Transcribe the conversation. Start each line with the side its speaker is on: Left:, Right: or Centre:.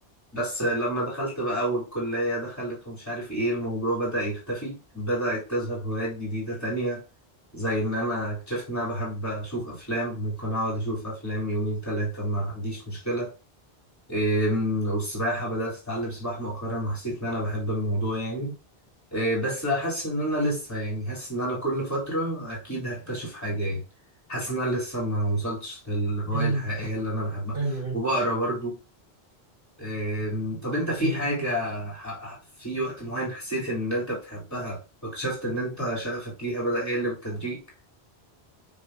Left: بس لما دخلت بقى أول كلية دخلت ومش عارف إيه الموضوع بدأ يختفي بدأت تظهر هوايات جديدة تانية زي إن أنا اكتشفت إن أنا بحب أشوف أفلام ممكن أقعد أشوف أفلام يومين تلاتة ما عنديش مشكلة إيه، والسباحة بدأت أتعلم سباحة مؤخرا وحسيت إن أنا بحب الموضوع يعني إيه، بس حاسس إن أنا لسه يعني حاسس إن أنا كل فترة أكيد هكتشف حاجة يعني حاسس إن أنا لسه ما وصلتش للهواية
Right: أمم
Left: الحقيقية اللي أنا بحبها
Right: أيوه أيوه
Left: وبقرا برضو أم، طب انت في
Right: أمم.
Left: حاجة ح- ح- في وقت معين حسيت ان انت بتحبها واكتشفت ان انت شغفك ليها بدأ يقل بالتدريج؟